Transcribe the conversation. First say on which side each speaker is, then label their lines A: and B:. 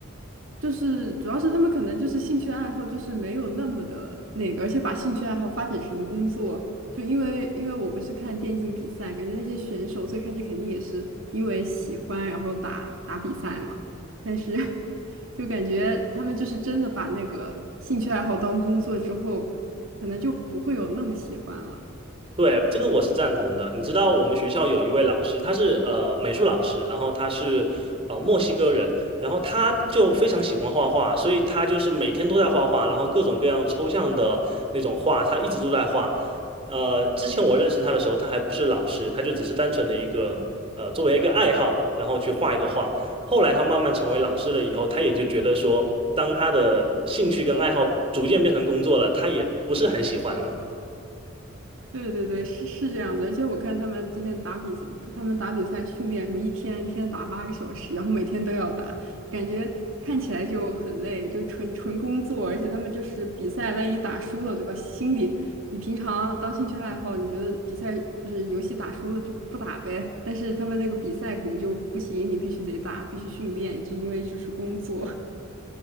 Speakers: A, on the right; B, on the right.
A: 就是主要是他们可能就是兴趣爱好就是没有那么的那个，而且把兴趣爱好发展成工作，就因为因为我不是看电竞比赛，感觉那些选手最开始肯定也是因为喜欢然后打打比赛嘛，但是 <laughs> 就感觉他们就是真的把那个兴趣爱好当工作之后，可能就不会有那么喜欢了。
B: 对，这个我是赞同的。你知道我们学校有一位老师，他是呃美术老师，然后他是呃墨西哥人，然后他就非常喜欢画画，所以他就是每天都在画画，然后各种各样抽象的那种画，他一直都在画。呃，之前我认识他的时候，他还不是老师，他就只是单纯的一个呃作为一个爱好，然后去画一个画。后来他慢慢成为老师了以后，他也就觉得说，当他的兴趣跟爱好逐渐变成工作了，他也不是很喜欢了。
A: 对对对，是是这样子，而且我看他们之前打比赛，他们打比赛训练什么一天一天打八个小时，然后每天都要打，感觉看起来就很累，就纯纯工作，而且他们就是比赛，万一打输了，对吧？心里你平常当兴趣爱好，你觉得比赛就是游戏打输了就不打呗，但是他们那个比赛可能就不行，你必须得打，必须训练，就因为这是工作。